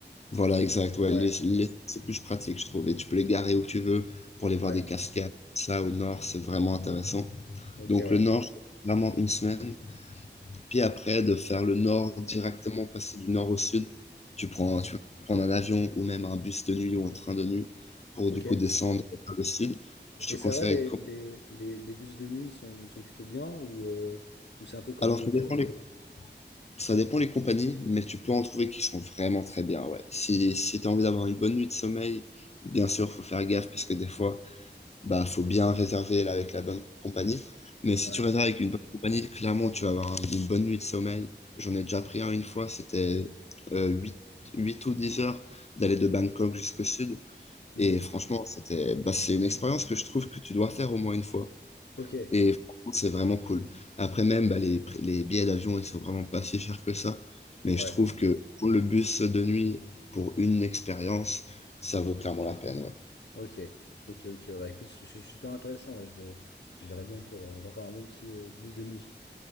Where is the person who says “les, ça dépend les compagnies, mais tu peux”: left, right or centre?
Left